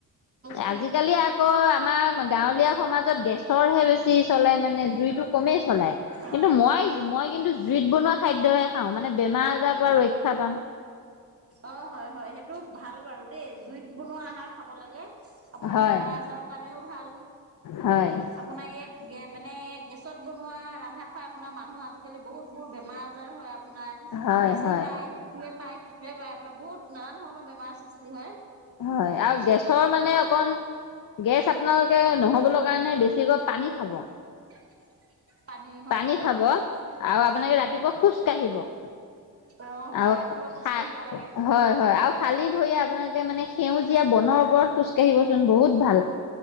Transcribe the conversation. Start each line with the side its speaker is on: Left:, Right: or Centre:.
Right: ন
Left: আজিকালি আকৌ আমাৰ গাঁৱলীয়া সমাজত গেছৰহে বেছি চলে মানে জুইটো কমেই চলাই।
Right: হয়
Left: কিন্তু মই মই কিন্তু জুইত বনোৱা খাদ্যয়ে খাওঁ মানে বেমাৰ আজাৰ পৰা ৰক্ষা পাম
Right: অ' হয় হয় সেইটো ভাল বাৰু দেই জুইত বনোৱা আহাৰ খাব লাগে আপোনাৰ
Left: হয়
Right: বেমাৰ আজাৰৰ কাৰণেও ভাল
Left: হয়
Right: আপোনাৰ এই মানে গেছত বনোৱা ৰন্ধা খোৱা আপোনাৰ মানুহ আজিকালি বহুত বহুত বোৰ বেমাৰ আজাৰ হয় আপোনাৰ
Left: হয়
Right: গেছে
Left: হয়
Right: পায় ইটোয়ে পায় ইটোৱেই পাই। আপোনাৰ বহুত নানান ধৰণৰ বেমাৰ সৃষ্টি হয়
Left: হয় আৰু
Right: চৌকাত
Left: গেছৰ
Right: বনোৱাই
Left: মানে
Right: ভাল
Left: অকন গেছ আপোনালোকে নহ'ব লগা কাৰণে বেছিকৈ পানী খাব
Right: <unintelligible> হয়
Left: পানী
Right: হয়
Left: খাব
Right: হয়
Left: আৰু আপোনালোকে
Right: হয়
Left: ৰাতিপুৱা খোজ কাঢ়িব। আৰু
Right: অ হয় ৰাতিপুৱা খোজ
Left: হয়,
Right: কাঢ়িব লাগে
Left: হয় আৰু খালি ভৰি আপোনালোকে মানে সেউজীয়া যেতিয়া বনৰ ওপৰত খোজ কাঢ়িব চোন বহুত ভাল